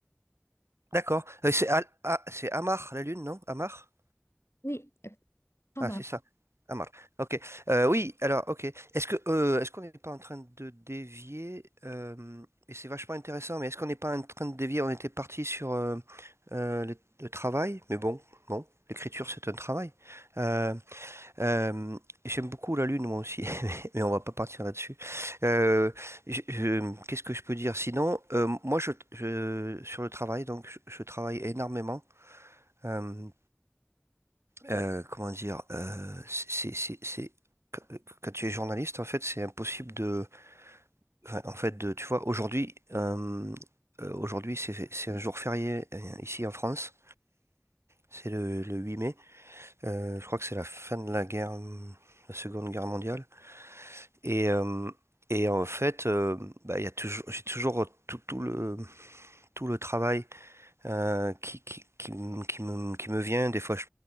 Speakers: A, on the right (about 90°); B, on the left (about 80°).
A: D'accord. Euh, c'est Al- Ah, c'est Amar la lune, non? Amar?
B: Oui, euh, pas
A: Ah,
B: mal.
A: c'est ça. Amar. Ok. Euh, oui, alors, ok. Est-ce que euh, est-ce qu'on n'est pas en train de dévier euh, et c'est vachement intéressant, mais est-ce qu'on n'est pas en train de dévier? On était parti sur euh, euh, le, le travail, mais bon, bon, l'écriture c'est un travail. Euh, euh, j'aime beaucoup la lune moi aussi, <laughs> mais mais on va pas partir là-dessus. Euh, je- je- qu'est-ce que je peux dire? Sinon, euh, moi je, je- sur le travail, donc je, je travaille énormément. Euh, euh, comment dire, euh, c'est, c'est, c'est, qu- quand tu es journaliste, en fait, c'est impossible de, enfin, en fait, de, tu vois, aujourd'hui, euh, euh, aujourd'hui, c'est, c'est un jour férié euh, ici en France, c'est le, le huit mai, Euh, je crois que c'est la fin de la guerre, euh, la Seconde Guerre mondiale, et, euh, et en fait, euh, bah, il y a toujours, j'ai toujours tout, tout le, tout le travail euh, qui, qui, qui, me- qui me, qui me vient. Des fois, je,